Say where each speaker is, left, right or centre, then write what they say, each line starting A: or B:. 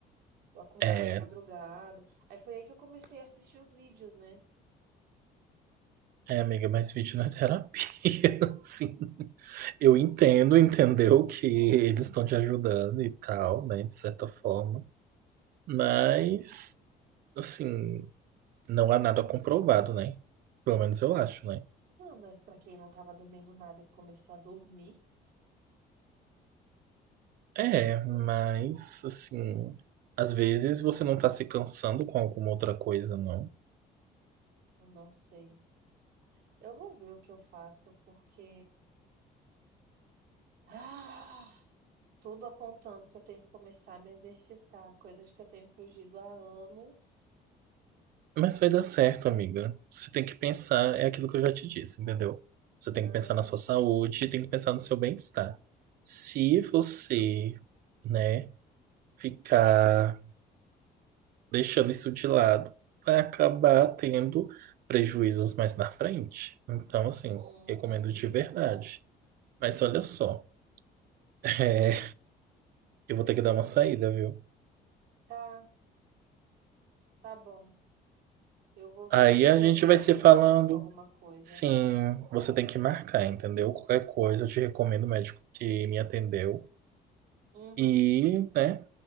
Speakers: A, on the right; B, on the right.
A: Eu acordava
B: É,
A: de madrugada. Aí foi aí que eu comecei a assistir os vídeos, né?
B: é, amiga, mas vídeo não é terapia, <laughs> assim. Eu entendo, entendeu que eles estão te ajudando e tal, né, de certa forma. Mas, assim, não há nada comprovado, né? Pelo menos eu acho, né?
A: Não, mas pra quem não tava dormindo nada e começou a dormir,
B: É, mas assim, às vezes você não tá se cansando com alguma outra coisa, não.
A: eu não sei. Eu vou ver o que eu faço, porque Ah, tudo apontando que eu tenho que começar a me exercitar, coisas que eu tenho fugido há anos.
B: Mas vai dar certo, amiga. Você tem que pensar, é aquilo que eu já te disse, entendeu? Você tem
A: Aham,
B: que pensar na sua saúde, tem que pensar no seu bem-estar. Se você, né, ficar deixando isso de lado, vai acabar tendo prejuízos mais na frente. Então, assim,
A: uhum,
B: recomendo de verdade. Mas olha só, <laughs> é, eu vou
A: hum.
B: ter que dar uma saída, viu?
A: Tá, tá bom. Eu vou ver
B: Aí
A: se
B: a gente
A: eu marco
B: vai se falando.
A: um médico alguma coisa.
B: Sim, você tem que marcar, entendeu? Qualquer coisa, eu te recomendo o médico que me atendeu.
A: Uhum,
B: E, né,